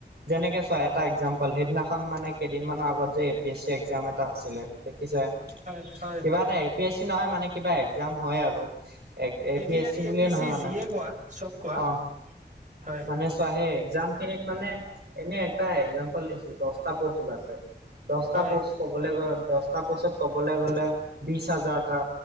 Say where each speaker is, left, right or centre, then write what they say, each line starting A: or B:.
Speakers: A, on the right (about 65°); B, on the right (about 45°).
A: যেনেকে চোৱা এটা এক্সাম্পল সেইদিনাখন মানে কেইদিনমানৰ আগত যে A P S C exam এটা আছিলে দেখিছা
B: হয় হয় হয়
A: কিবা এটা এপ এ পি এছ চি নহয় মানে কিবা এক্সাম হয় আৰু A
B: AD
A: P S
B: R
A: C বুলিয়ে
B: A P
A: নহয় মানে
B: যিয়ে কোৱা চব কোৱা
A: অ',
B: হয়
A: মানে তাৰ সেই এক্সাম খিনিত মানে এনেই এটা এক্সামম্পল দিছোঁ দশটা পষ্ট উলাইছে দশটা
B: হয়
A: প'ষ্ট ক'বলৈ গ'লে দশটা পোষ্টত কবলৈ গ'লে বিশ হাজাৰটা